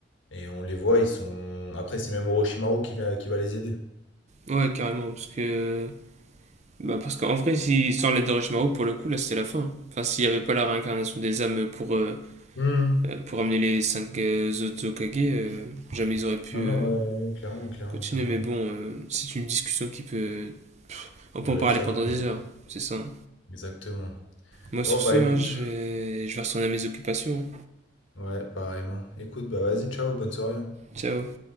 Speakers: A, on the left; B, on the right.
A: Et on les voit, ils sont. Après, c'est même Orochimaru qui va, qui va les aider.
B: Ouais, carrément, parce que Bah parce qu'en vrai, si, sans l'aide d'Orochimaru, pour le coup, là, c'était la fin. Enfin, s'il n'y avait pas la réincarnation des âmes pour, euh,
A: Hmm.
B: euh, pour amener les 5 autres Hokage, euh, jamais ils auraient pu
A: Non, non,
B: euh,
A: ouais, clairement, clairement,
B: continuer.
A: clairement.
B: Mais bon, euh, c'est une discussion qui peut... On peut
A: Durer
B: en parler
A: très
B: pendant
A: longtemps.
B: des heures, c'est ça. hein.
A: Exactement.
B: Moi,
A: Oh
B: sur
A: bah
B: ce,
A: écoute.
B: hein, je vais, je vais retourner à mes occupations.
A: Ouais, pareillement. Écoute, bah vas-y, ciao, bonne soirée. hein.
B: Ciao.